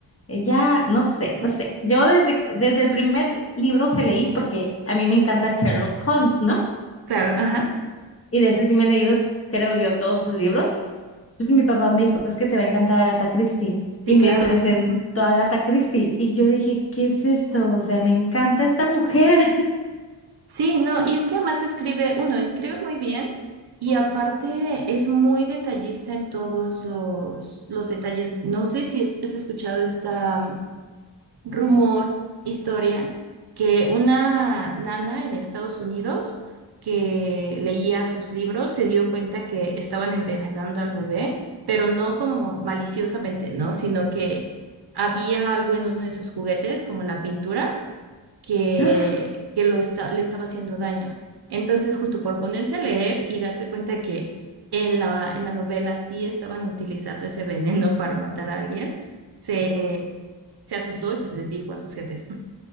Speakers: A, on the left; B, on the right.
A: ella, no sé, no sé. Yo desde, desde el primer libro que leí, porque a mí me encanta Sherlock Holmes, ¿no?
B: Claro, ajá.
A: Y de ese sí me he leído, creo yo, todos sus libros. Entonces mi papá me dijo, es que te va a encantar Agatha Christie. Y
B: Sí,
A: me
B: claro.
A: presentó
B: ajá.
A: a Agatha Christie. Y yo dije, ¿qué es esto? O sea, me encanta esta mujer.
B: Sí, no, y es que además escribe, uno, escribe muy bien y aparte es muy detallista en todos los, los detalles. No sé si es- has escuchado esta rumor, historia, que una nana en Estados Unidos que leía sus libros se dio cuenta que estaban envenenando al bebé, pero no como maliciosamente, ¿no? Sino que había algo en uno de sus juguetes, como la pintura, que,
A: <laughs>
B: que lo está, le estaba haciendo daño. Entonces, justo por ponerse a leer y darse cuenta que en la, en la novela sí estaban utilizando ese veneno para matar a alguien, se, se asustó y pues les dijo a sus jefes.